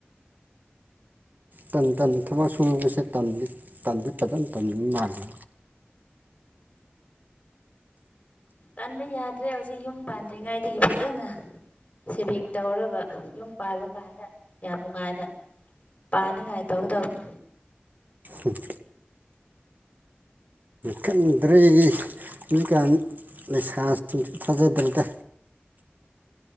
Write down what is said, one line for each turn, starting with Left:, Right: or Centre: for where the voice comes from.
Right: ꯇꯟ ꯇꯟ ꯊꯕꯛ ꯁꯨꯕꯁꯦꯗꯤ ꯇꯟꯗꯤ ꯐꯖꯅ ꯇꯟꯅꯤꯡꯕ ꯃꯥꯜꯂꯤ
Left: ꯇꯟꯕ ꯌꯥꯗ꯭ꯔꯦ ꯍꯧꯖꯤꯛ ꯌꯨꯝ ꯄꯥꯟꯗ꯭ꯔꯤꯉꯩꯗꯒꯤ ꯐꯖꯅ ꯁꯦꯚꯤꯡ ꯇꯧꯔꯒ ꯌꯨꯝ ꯄꯥꯜꯂꯀꯥꯟꯗ ꯌꯥꯝ ꯅꯨꯡꯉꯥꯏꯅ ꯄꯥꯅ ꯉꯥꯏ ꯇꯧ ꯇꯧꯅꯤ
Right: ꯎ <inaudible> ꯈꯡꯗ꯭ꯔꯦ ꯍꯧꯖꯤꯡꯀꯥꯟ ꯂꯩꯁꯥꯁꯤꯡꯁꯨ ꯊꯥꯖꯗ꯭ꯔꯦꯗ